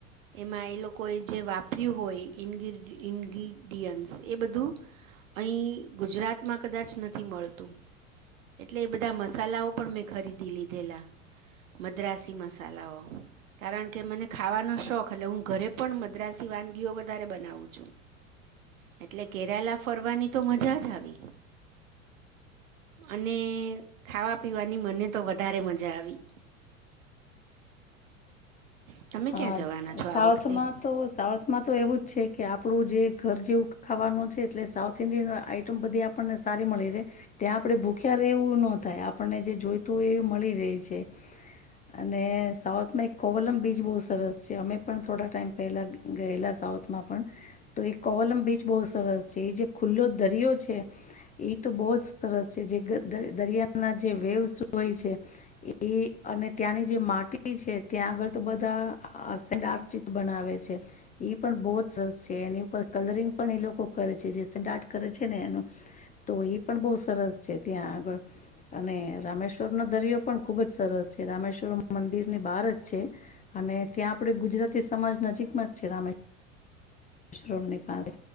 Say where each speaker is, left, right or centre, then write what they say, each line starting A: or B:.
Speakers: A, on the right (about 75°); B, on the left (about 20°).
A: એમાં એ લોકોએ જે વાપર્યું હોય ઇન્ડી ઇન્ડ ઇન્ગ્રીડિયન્ટ એ બધું અહી ગુજરાતમાં કદાચ થી મળતું, એટલે એ બધા મસાલાઓ પણ મેં ખરીદી લીધેલા. મદ્રાસસી મસાલાઓ, કારણકે મને ખાવાનો શોખ, એટલે હું ઘરે પણ મદ્રાસ વાનગીઓ વધારે બનાવું છું, એટલે કેરાલા ફરવાની તો મજા જ આવી. અને ખાવા પીવાની મને તો વધારે મજા આવી. તમે
B: હા,
A: ક્યાં જવાના છો
B: સાઉથમાં
A: આ વખતે
B: તો સાઉથમાં તો એવું જ છે કે આપ આપડું જે ઘર જેવું ખાવાનું છે. એટલે સાઉથ ઈન્ડિયન આઈટમ બધી આપણને સારી મળી રહે. ત્યાં આપડે ભૂખ્યા રવું ન થાય આપ આપણને જે જોઈતું હોય, એ મળી રહેહી છે. અને સાઉથમાં એક કોવલમ બીજ બહુ સરસ છે. અમે પણ થોડા ટાઈમ પહેલા ગયેલા સાઉથમાં પણ તો એક કોલમ બીચ બહુ સરસ છે. એ જે ખુલ્લો દરિયો છે, એ તો બહુ જ સરસ છે જે ગ દર દરિયાના જે વેવસ હોય છે, એ એ અને ત્યાંની જે માટી છે ત્યાં આગળ તો બધાક <unintelligible> ચિત બનાવે છે પણ બહું જ સ છે. એની ઉપર કલરિંગ પણ એ લોકો કરે છે. જે સિંગઆર્ટ કરે છે, ને એનું તો એ પણ બઉ સ સરસ છે ત્યાં આગળ અને રામેશ્વરનોો દરિયો પણ ખુબ જ સરસ છે રામેશ્વરમ મંદિર ની બહારજ છે. અને ત્યાં આપડે ગુજરાતી સમાજ નજીકમાં જ છે રામે વોશરૂમની પાસે